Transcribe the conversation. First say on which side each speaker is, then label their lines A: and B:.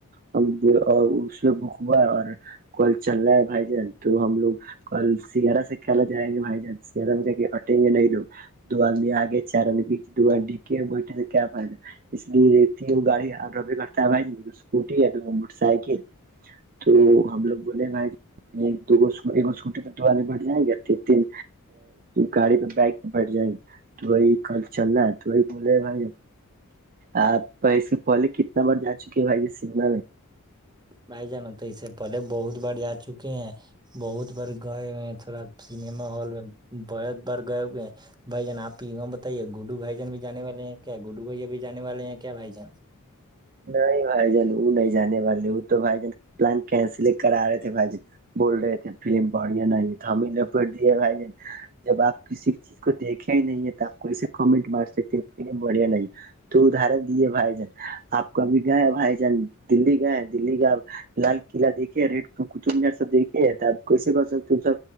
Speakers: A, on the right; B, on the right.
A: ہم اور اس میں بھک ہوا ہے اور کل چل رہا ہے بھائی ج تو ہم لوگ کل سگارا سے کھیلا جائےیں گے بائی چانس اٹیں گے نہیں ل دو آ آگے چار دو کی بیٹھے تو کیا پائد <unintelligible> اس لیے تو گاڑی ہار رہبے کرتا ہے بائی اسکوٹی اور موٹر سائکل تو ہم لوگ بولے بھائی دو چھوٹی پہ دوعے بٹھ جائیں گے تین تین گاڑی پہ بائک پہ بٹھ جائیں گے <unintelligible> تو وہی کل چل رہا ہے تو وہی بولے بھائی آپ سے پہلے کتنا بار جا چکے ہیں بھائی یہ سم
B: بھائی جانا تو اس سے پہلے بہت بار آ چکے ہیں بہت بار گائے ہوئے ہیں تھوڑا سنیما ہال میں بہت بار گائے ہوئے ہیں بھائی جان آپ کی کوم بتائیے گوڈو بھائی جان بھی جے والے ہیں کیا گڈو بھیا بھی جے والے ہیں کیا بھائی جان
A: نہیں بھائی جان وہ نہیں جانے والے وہ تو بھائی جان پلان کینسل ہی کرا رہے تھے بھائی جان بول رہے تھے فلم بڑھیا نہیں تو ہمیں ل پٹ دے بھائی جب آپ کسی اس کو دیکھیا ہی نہیں ہے <inaudible> آپ کو ایے کمنٹ مار سکتے بڑھیا نہیں تو ادارت دیے بھائی جان آپ کبھی گئے ہیں بھائی جان دی گئے ہیں دلی گپ لال قلع دیکھیے ریڈ تو کطبار سب دیکے اب کیسے کر سکتے سب